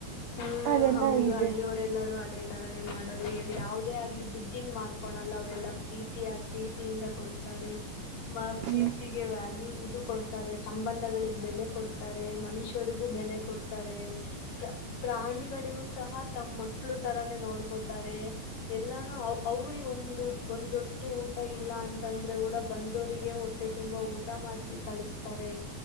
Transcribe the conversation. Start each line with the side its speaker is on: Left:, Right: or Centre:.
Left: ಹ್ಮ್
Right: ಅದೆಲ್ಲ
Left: ಹೌದು
Right: ಇದೆ
Left: ಹಳ್ಳಿಯವರೆಲ್ಲರೂ ಅದೇ ತರಾನೇ ಮಾಡೋದು. ಯಾವದೇ ಆಗ್ಲಿ ದುಡ್ಡಿಂಗ್ ಮಾರ್ಕೊಳಲ್ಲ ಅವರೆಲ್ಲ ಪ್ರೀತಿ ಆ ಪ್ರೀತಿಯಿಂದ ಕೊಡ್ತಾರೆ ಮ ಪ್ರೀತಿಗೆ
Right: ಹ್ಮ್
Left: ವ್ಯಾಲ್ಯೂ ಇದು ಕೊಡ್ತಾರೆ ಸಂಬಂಧಗಳಿಗೆ ಬೆಲೆ ಕೊಡ್ತಾರೆ ಮನುಷ್ಯರಿಗೂ ಬೆಲೆ ಕೊಡ್ತಾರೆ ಪ್ರ. ಪ್ರಾಣಿಗಳಿಗೂ ಸಹ ತಮ್ಮ್ ಮಕ್ಳು ತರಾನೇ ನೋಡ್ಕೋತಾರೆ ಎಲ್ಲಾನೂ ಅವ್ರಗ ಒಂದು ಒಂದೊಟ್ಟು ಊಟ ಇಲ್ಲ ಅಂತಂದ್ರೆ ಕೂಡ ಬಂದವರಿಗೆ ಹೊಟ್ಟೆ ತುಂಬಾ ಊಟ ಮಾಡಸಿ ಕಳಿಸ್ತಾರೆ